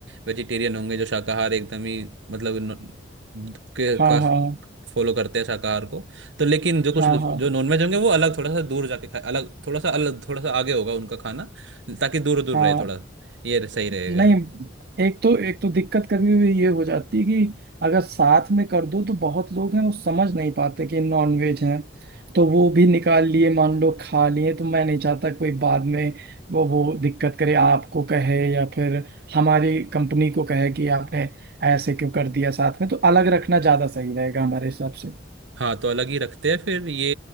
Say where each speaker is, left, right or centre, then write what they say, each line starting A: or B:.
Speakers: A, on the right; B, on the right.
A: वेजिटेरियन होंगे जो शाकाहार एकदम ही मतलब न- के
B: हाँ
A: का
B: हाँ
A: फॉलो करते हैं शाकाहार को तो लेकिन जो कुछ
B: हाँ
A: जो
B: हाँ
A: नॉनवेज होंगे वो अलग थोड़ा सा दूर जाके खाए अलग थोड़ा सा अलग थोड़ा सा आगे होगा उनका खाना ताकि दूर दूर
B: हाँ
A: रहे थोड़ा ये सही रहेगा
B: नहीं एक तो एक तो दिक्कत कभी भी ये हो जाती है कि अगर साथ में कर दो तो बहुत लोग हैं वो समझ नहीं पाते कि नॉन वेज है तो वो भी निकाल लिए मान लो खा लिए तो मैं नहीं चाहता कोई बाद में वो वो दिक्कत करे आपको कहे या फिर हमारी कंपनी को कहे कि आपने ऐसे क्यों कर दिया साथ में तो अलग रखना ज्यादा सही रहेगा हमारे हिसाब से
A: हाँ तो अलग ही रखते हैं फिर ये